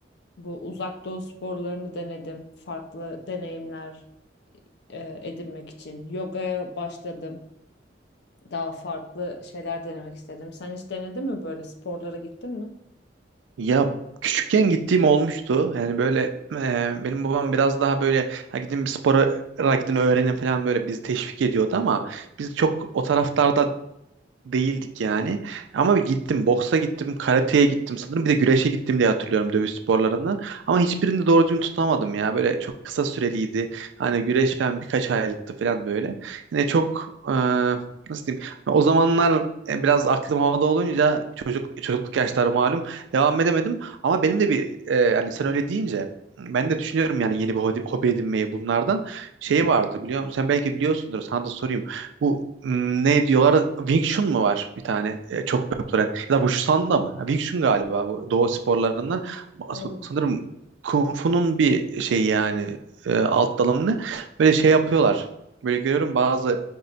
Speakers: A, on the left (about 65°); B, on the right (about 80°).
A: Bu uzak doğu sporlarını denedim. Farklı deneyimler e, edinmek için. Yogaya başladım. Daha farklı şeyler denemek istedim. Sen hiç denedin mi böyle sporlara gittin mi?
B: Ya küçükken gittiğim olmuştu. Yani böyle e, benim babam biraz daha böyle ha gidin bir spora gidin öğrenin falan böyle bizi teşvik ediyordu ama biz çok o taraftarda değildik yani. Ama bir gittim. Boksa gittim. Karateye gittim sanırım. Bir de güreşe gittim diye hatırlıyorum dövüş sporlarından. Ama hiçbirini
A: Hı,
B: doğru düzgün tutamadım ya. Böyle çok kısa süreliydi. Hani güreş falan birkaç aylıktı falan böyle. Yani çok e, nasıl diyeyim? Hani O zamanlar e, biraz aklım havada olunca çocuk çocukluk yaşları malum devam edemedim. Ama benim de bir e, hani sen öyle deyince ben de düşünüyorum yani yeni bir hobi, hobi edinmeyi bunlardan. Şey vardı biliyor musun? Sen belki biliyorsundur. Sana da sorayım. Bu Hmm, ne diyorlar? Wing Chun mu var bir tane e, çok popüler? Ya da Wushu da mı? Ha, Wing Chun galiba bu doğu sporlarından. Sa-
A: Olabilir.
B: Sanırım Kung Fu'nun bir şey yani e, alt dalı ne? Böyle şey yapıyorlar. Böyle görüyorum bazı